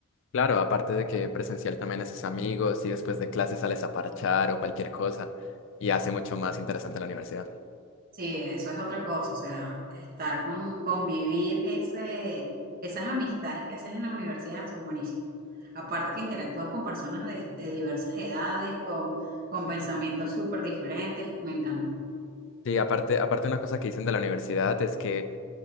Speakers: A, on the left; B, on the right.
A: Claro, aparte de que presencial también haces amigos y después de clases sales a parchar o cualquier cosa y hace mucho más interesante la universidad.
B: Sí, eso es otra cosa, o sea, estar con, convivir ese, esas amistades que haces en la universidad son buenísimas. Aparte que interactúas con personas de, de diversas edades, con, con pensamientos súper diferentes, me encanta.
A: Sí, aparte, aparte una cosa que dicen de la universidad es que